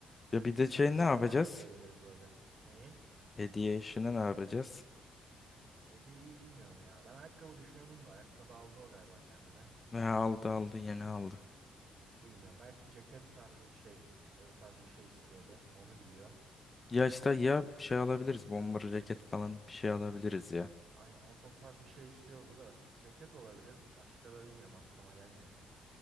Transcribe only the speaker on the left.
Ya bir de şey
ne
yapacağız?
Hediye işini ne yapacağız?
Ya aldı aldı yeni aldı.
Ya işte ya bir şey alabiliriz. Bomber ceket falan bir şey alabiliriz ya.